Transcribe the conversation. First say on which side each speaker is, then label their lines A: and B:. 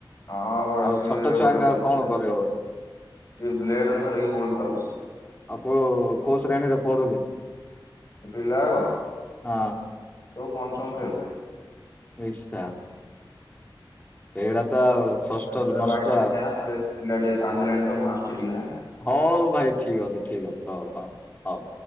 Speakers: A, on the left; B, on the left.
A: ହଁ ପରା
B: ଆଉ
A: ସିଏ
B: ଛୋଟ ଛୁଆଙ୍କ
A: ଗୋଟେ ବିଦ୍ୟା
B: ଆଉ କଣ କରିବ?
A: ସିଏ ବ୍ଲେଡ ଧରିକି ବୁଲ ଥାଉଛି।
B: ଆଉ କୋଉ କୋଉ ଶ୍ରେଣୀରେ ପଢୁଛି?
A: ପିଲାକ
B: ହଁ
A: ସବୁ ପଞ୍ଚମ ଫେଲ।
B: ଏଶା। ଏଗୁଡ଼ା ତ ଆଉ। ଷଷ୍ଠରୁ
A: ହେ
B: ନଷ୍ଟ
A: ଭାଇ ଟିକେ
B: ଆଉ।
A: ହା ସେ ପିଲା ଟିକେ କାନ୍ଦିଲେଣି ତ ମୁଁ ଆସୁଛି ଟିକେ ହା?
B: ହଉ ଭାଇ ଠିକ୍ ଅଛି ଠିକ୍ ଅଛି ହଉ ହଉ ହଉ।